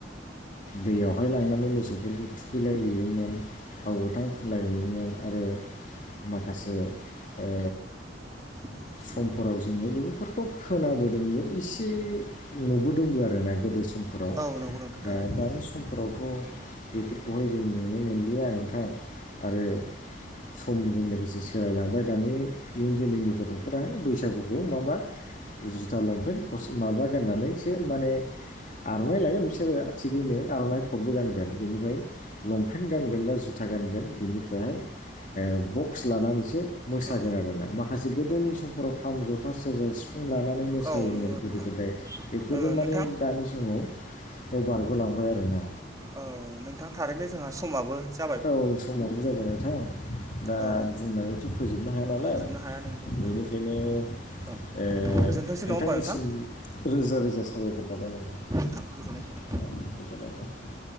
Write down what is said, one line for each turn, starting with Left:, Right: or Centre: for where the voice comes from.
Left: दैयावहाय लांनानै मोसौफोरखौ थुखैलायहैयोमोन थाव गोथां फुलायहैयोमोन आरो माखासे ओ
Right: <unintelligible>
Left: समफोराव जोङो लोगोफोरखौ खोनाबोदोंबो एसे नुबोदोंबो आरोना गोदो समफोराव
Right: औ नंगौ नोंथां
Left: दा
Right: थारैनो
Left: दानि समफोराव फथ' बेफोरखौहाय जों नुनो मोनलिया नोंथां आरो समजों लोगोसे सोलायलांबाय दानि इयुन जोलैनि गथ'फोरा बैसागुखौ माबा जुथा लंपेन्ट माबा गाननानैसो माने आर'नाइ लायो बिसोरो थिगैनो आर'नाइ फटबो गानगोन बेनिफ्राय लंपेन्ट गानगोन बा ज जुथा गानगोन बिनिफ्रायहाय बक्स लानानैसो मोसागोन
Right: औ
Left: आरोना माखासे गोदोनि समफोराव खाम जथा सेरजा सि फुं लानानै मोसायोमोन
Right: औ नंगौ नोंथां
Left: गोदो गोदाय बेफोरजों
Right: ओ
Left: माने
Right: नोंथां
Left: बे समाव बेयाव बारग'लांबाय आरोना
Right: औ नोंथां थारैनो जोंहा समाबो ज
Left: औ समावो जाबाय नोंथां दा
Right: औ
Left: बुंनानैथ' फोजोबनो हाया नालाय
Right: फोजोबनो हाया नंगौ नोंथां
Left: बेनिखायनो
Right: औ
Left: ओ‌‌
Right: गोजोनथोंसै
Left: नोंथांनिसिम
Right: नङा होमबा नोंथां
Left: रोजा रोजा साबायखर बायावबाय नोंथां।
Right: गोथां गोजोननाय थ
Left: औ,
Right: <unintelligible>
Left: गोजोननाय थाबाय।